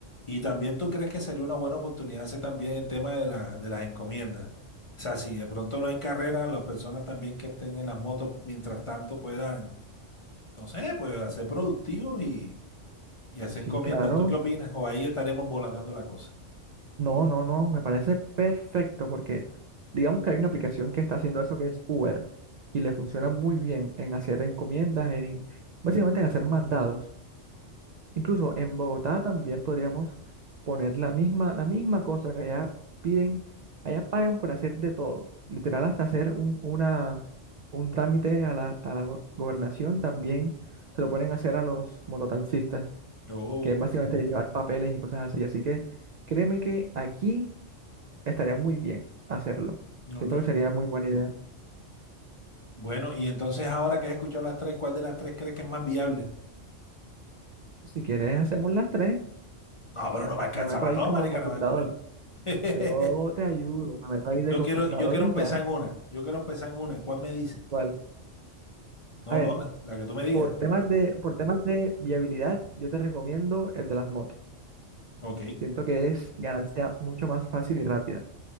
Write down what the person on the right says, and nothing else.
Sí,
claro.
No, no, no, me parece perfecto porque digamos que hay una aplicación que está haciendo eso que es Uber y le funciona muy bien en hacer encomiendas, en, básicamente en hacer mandados. Incluso en Bogotá también podríamos poner la misma, la misma cosa que allá piden, allá pagan por hacer de todo. Literal hasta hacer un, una, un trámite a la, a la go- gobernación también se lo ponen a hacer a los mototaxistas.
que es básicamente llevar papeles y cosas así. Así que créeme que aquí estaría muy bien hacerlo.
Siento que sería muy buena idea.
Si quieres, hacemos las tres.
Me meto
ahí
como
cofundador.
Yo te ayudo, me meto ahí de
cofundador
y
ya.
¿Cuál?
A ver,
por temas de, por temas de viabilidad, yo te recomiendo el de las motos.
Siento que es ganancia mucho más fácil y rápida,